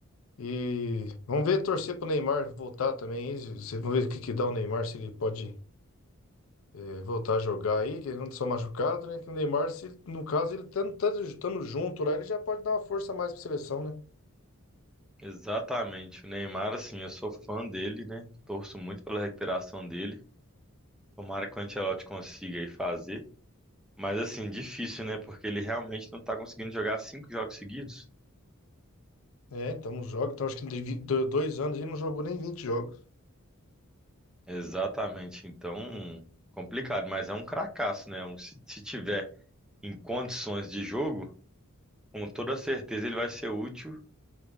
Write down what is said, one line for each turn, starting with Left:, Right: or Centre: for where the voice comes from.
Left: E vamos ver, torcer pro Neymar voltar também. aí, se- se- Vamos ver o que que dá o Neymar, se ele pode é, voltar a jogar aí, que ele não só machucado, né? Que o Neymar, se, ele- no caso, ele estando junto lá, ele já pode dar uma força a mais pra seleção, né?
Centre: Exatamente. O Neymar, assim, eu sou fã dele, né? Torço muito pela recuperação dele. Tomara que o Ancelotti consiga aí fazer. Mas assim, difícil, né? Porque ele realmente não tá conseguindo jogar cinco jogos seguidos.
Left: É, então não joga. Então acho que de vi- do- dois anos ele não jogou nem 20 jogos.
Centre: Exatamente. Então, complicado, mas é um cracaço, né? Um- Se, se tiver em condições de jogo, com toda certeza ele vai ser útil